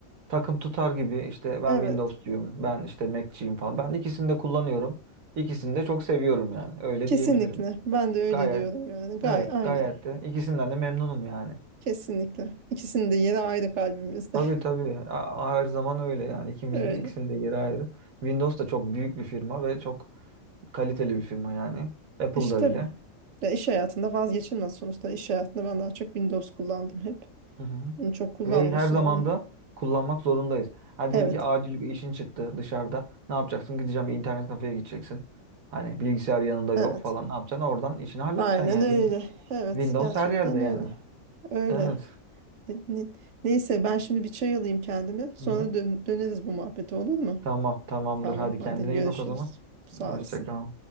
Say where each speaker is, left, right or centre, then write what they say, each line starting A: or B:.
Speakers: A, on the right (about 80°); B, on the right (about 65°).
A: takım tutar gibi işte ben
B: Evet,
A: Windows diyorum ben işte Mac'ciyim falan. Ben ikisini de kullanıyorum. İkisini de çok seviyorum yani öyle
B: kesinlikle.
A: diyebilirim.
B: Ben de öyle
A: Gayet
B: diyorum yani. Gay,
A: evet
B: aynen.
A: gayet de ikisinden de memnunum yani.
B: Kesinlikle. İkisinin de yeri ayrı kalbimizde.
A: Tabii tabii A- her zaman öyle yani ikimizin
B: <laughs> Öyle.
A: ikisinin de yeri ayrı. Windows da çok büyük bir firma ve çok kaliteli bir firma yani. Apple
B: E İşte
A: da öyle.
B: tabii. Ya iş hayatında vazgeçilmez sonuçta. İş hayatında ben daha çok Windows kullandım hep.
A: Hı hı.
B: Bunu çok kullanmıyorsun
A: Ve her zaman
B: oğlum.
A: da kullanmak zorundayız. Ha
B: Evet.
A: diyelim ki acil bir işin çıktı dışarıda. Ne yapacaksın? Gideceğim bir internet kafeye gideceksin. Hani bilgisayar yanında yok
B: Evet.
A: falan. Ne yapacaksın? Oradan işini halledeceksin
B: Aynen
A: yani
B: öyle.
A: yine.
B: Evet.
A: Windows
B: Gerçekten
A: her yerde yani.
B: öyle. Öyle.
A: Evet.
B: Ne- ne- Neyse ben şimdi bir çay alayım kendime. Sonra
A: Hı hı.
B: dön- döneriz bu muhabbete olur mu?
A: Tamam, tamamdır.
B: Tamam
A: Hadi kendine
B: hadi görüşürüz.
A: iyi bak o zaman.
B: Sağ
A: Hoşça
B: olasın.
A: kal.